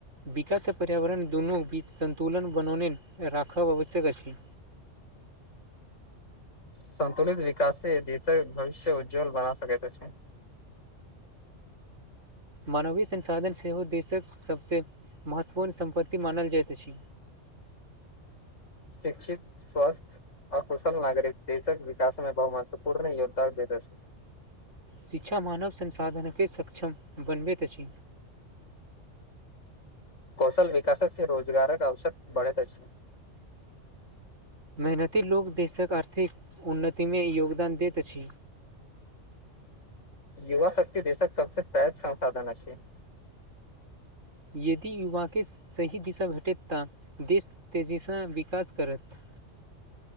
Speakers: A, on the right; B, on the left.
A: विकास आ पर्यावरण दुनू बीच सन्तुलन बनौने राखब आवश्यक अइछ
B: सन्तुलित विकास से देश भविष्य उज्ज्वल बना सक छय
A: मानवीय संसाधन सेहो देशक सभसँ महत्वपूर्ण सम्पत्ति मानल जाइत अइछ
B: शिक्षित स्वस्थ अकुशल नागरिक देशक विकासमे बहुमत्व पूर्ण योगदान दैत छय
A: शिक्षा मानव संसाधनके सक्षम बनबैत अइछ
B: कौशल विकास छै रोजगारक अबसर बढ़ैत छय
A: मेहनती लोक देशक आर्थिक उन्नतिमे योगदान दैत अइछ
B: युवा शक्ति देशक सबस पैघ संसाधन छय
A: यदि युवा के सही दिशा भेटत ता देश तेजीसँ विकास करत